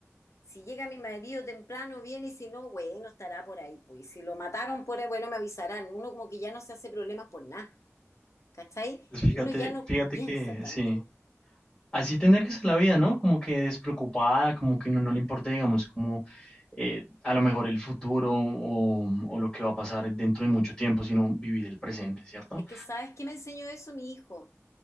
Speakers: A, on the left (about 70°); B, on the left (about 15°).
A: Si llega mi marido temprano, viene y si no, bueno, estará por ahí. Pues si lo mataron por ahí, bueno, me avisarán. Uno como que ya no se hace problemas por nada, ¿cachai?
B: pues Fíjate,
A: Uno ya no
B: fíjate
A: piensa
B: que
A: tanto.
B: sí. Así tendría que ser la vida, ¿no? Como que despreocupada, como que no, no le importa, digamos, como eh, a lo mejor el futuro o, o lo que va a pasar dentro de mucho tiempo, sino vivir el presente, ¿cierto?
A: Es que, ¿sabes qué me enseñó eso mi hijo?